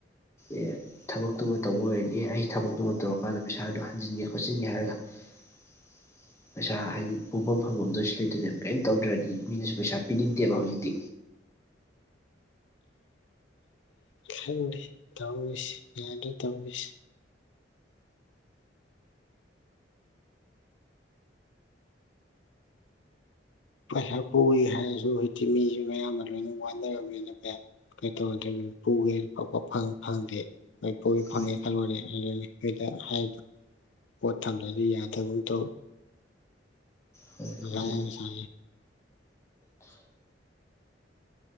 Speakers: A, on the left (about 15°); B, on the left (about 80°).
A: ꯑꯦ ꯊꯕꯛꯇꯨꯃ ꯇꯧꯕ ꯑꯣꯏꯔꯗꯤ ꯑꯦ ꯑꯩ ꯊꯕꯛꯇꯨꯃ ꯇꯧꯔꯀꯥꯟꯗ ꯄꯩꯁꯥꯗꯨ ꯍꯟꯖꯤꯟꯒꯦ ꯈꯣꯠꯆꯤꯟꯒꯦ ꯍꯥꯏꯔꯒ <inaudible> ꯄꯩꯁꯥ ꯍꯥꯏꯗꯤ ꯄꯣꯛꯐꯝ ꯐꯪꯐꯝꯗ ꯑꯣꯏꯁꯨ ꯂꯩꯗꯣꯏꯅꯦꯕ ꯀꯔꯤꯝ ꯇꯧꯗ꯭ꯔꯗꯤ ꯃꯤꯅꯁꯨ ꯄꯩꯁꯥ ꯄꯤꯅꯤꯡꯗꯦꯕ ꯍꯧꯖꯤꯛꯇꯤ
B: ꯈꯪꯗꯦ ꯇꯧꯃꯤꯁꯤ ꯌꯥꯗ ꯇꯧꯃꯤꯁꯤ ꯄꯩꯁꯥ ꯄꯨꯏ ꯍꯥꯏꯔꯁꯨ ꯍꯧꯖꯤꯛꯇꯤ ꯃꯤꯁꯨ ꯃꯌꯥꯝꯅ ꯂꯣꯏꯅ ꯋꯥꯅꯔꯝꯃꯤꯅ ꯀꯩ ꯇꯧꯔꯗꯦ ꯄꯨꯒꯦꯅ ꯐꯕ ꯐꯪꯗꯦ ꯍꯣꯏ ꯄꯨ
A: ꯍꯣꯏ
B: ꯐꯪꯉꯦ ꯈꯜꯂꯔꯦ ꯍꯥꯏꯗꯣ ꯄꯣꯠ ꯊꯝꯗꯗꯤ ꯌꯥꯗꯕ ꯑꯃ ꯇꯧ
A: ꯍꯣꯏ
B: ꯑ
A: ꯑꯗꯨꯅꯤ
B: ꯌꯥꯝ ꯁꯦ